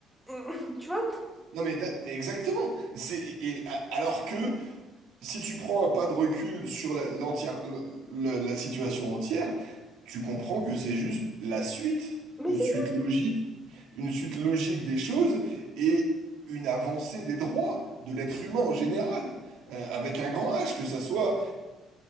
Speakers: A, in the centre; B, on the right.
A: <coughs> tu vois?
B: Non mais, da- mais exactement. C'est et- et a- alors que Si tu prends un pas de recul sur la, l'entière, le- le- la situation entière, tu comprends que c'est juste la suite,
A: Mais
B: une
A: c'est
B: suite logique, une suite logique des choses et une avancée des droits de l'être humain en général, euh, avec un grand H, que ça soit